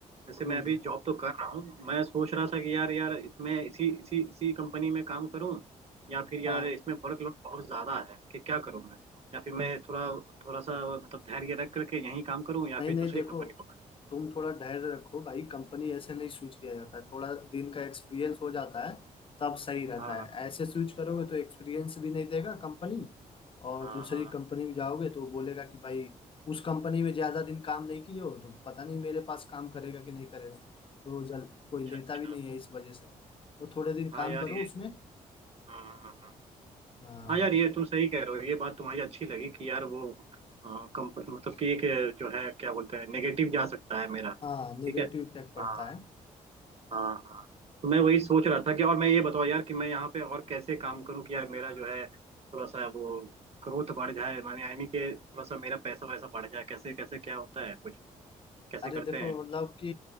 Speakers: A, on the right (about 40°); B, on the left (about 35°).
A: जैसे
B: हम्म
A: मैं अभी जॉब तो कर रहा हूँ मैं सोच रहा था कि यार यार इसमें इसी इसी इसी कंपनी में काम करूँ या फिर
B: हाँ
A: यार इसमें वर्कलोड बहुत ज़्यादा है कि क्या करूँ मैं या फिर मैं थोड़ा थोड़ा सा मतलब धैर्य रख करके यहीं काम करूँ या
B: नहीं
A: फिर
B: नहीं
A: दूसरी
B: देखो
A: कंपनी पकड़
B: तुम थोड़ा धैर्य रखो भाई कंपनी ऐसे नहीं स्विच किया जाता है थोड़ा दिन का एक्सपीरियंस हो जाता है तब सही रहता
A: हाँ
B: है
A: हाँ
B: ऐसे स्विच करोगे तो एक्सपीरियंस भी नहीं देगा कंपनी और
A: हाँ
B: दूसरी
A: हाँ
B: कंपनी में जाओगे तो बोलेगा कि भाई उस कंपनी में ज्यादा दिन काम नहीं किए हो तो पता नहीं मेरे पास काम करेगा कि नहीं करेगा तो जल कोई
A: अच्छा
B: लेता
A: अच्छा
B: भी नहीं है इस वजह से तो थोड़े दिन
A: हाँ
B: काम
A: यार
B: करो
A: ये
B: उसमें
A: हाँ हाँ हाँ।
B: हाँ
A: हाँ यार ये तुम सही कह रहे हो ये बात तुम्हारी अच्छी लगी कि यार वो आ, कम, मतलब कि एक जो है क्या बोलते हैं नेगेटिव जा सकता है मेरा
B: हाँ निगेटिव
A: ठीक है
B: इफेक्ट पड़ता
A: हाँ
B: है
A: हाँ हाँ तो मैं वही सोच रहा था कि और मैं ये बताओ यार कि मैं यहाँ पे और कैसे काम करूँ कि यार मेरा जो है थोड़ा सा वो ग्रोथ बढ़ जाए माने यानी कि थोड़ा सा मेरा पैसा वैसा बढ़ जाए कैसे कैसे क्या होता है कुछ कैसे
B: अरे
A: करते
B: देखो
A: हैं
B: मतलब कि